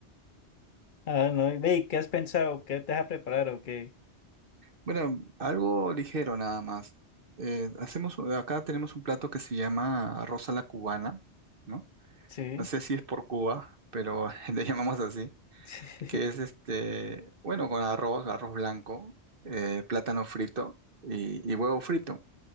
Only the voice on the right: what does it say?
Bueno, algo ligero nada más. Eh, hacemos, acá tenemos un plato que se llama arroz a la cubana, ¿no?
No sé si es por Cuba, pero <laughs> le llamamos así,
que es este, bueno, con arroz, arroz blanco, eh, plátano frito y y huevo frito.